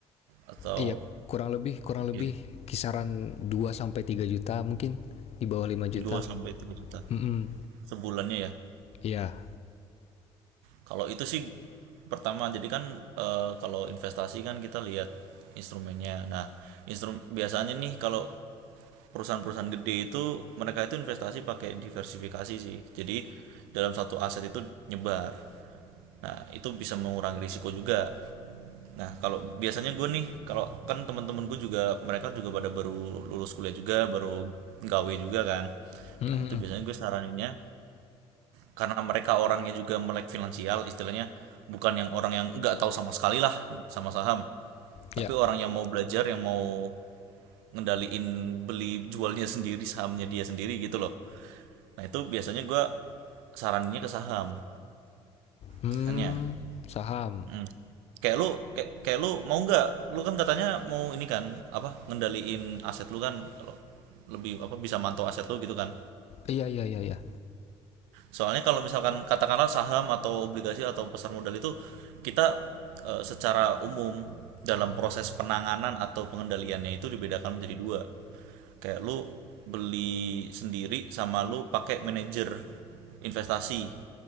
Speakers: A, on the right; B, on the left.
A: atau
B: iya kurang lebih kurang lebih
A: ya
B: kisaran 2 sampai 3 juta mungkin di bawah 5 juta
A: 2 sampai 3 juta
B: Hmm,
A: sebulannya ya
B: iya
A: Kalau itu sih pertama jadi kan eh, kalau investasi kan kita lihat instrumennya. Nah, instrum biasanya nih kalau perusahaan-perusahaan gede itu mereka itu investasi pakai diversifikasi sih. Jadi dalam satu aset itu nyebar. Nah, itu bisa mengurangi risiko juga. Nah, kalau biasanya gue nih, kalau kan teman-teman gue juga mereka juga pada baru lulus kuliah juga, baru gawe juga kan.
B: Hmm,
A: Nah, itu biasanya gue saraninnya karena mereka orangnya juga melek finansial istilahnya bukan yang orang yang nggak tahu sama sekali lah sama saham tapi
B: iya
A: orang yang mau belajar yang mau ngendaliin beli jualnya <laughs> sendiri sahamnya dia sendiri gitu loh nah itu biasanya gue sarannya ke saham
B: hmm
A: biasanya
B: saham
A: Hmm. kayak lu kayak, kayak lu mau nggak lu kan katanya mau ini kan apa ngendaliin aset lu kan kalau lebih apa bisa mantau aset lu gitu kan
B: iya iya iya iya
A: Soalnya kalau misalkan katakanlah saham atau obligasi atau pasar modal itu kita eh, secara umum dalam proses penanganan atau pengendaliannya itu dibedakan menjadi dua. Kayak lu beli sendiri sama lu pakai manajer investasi.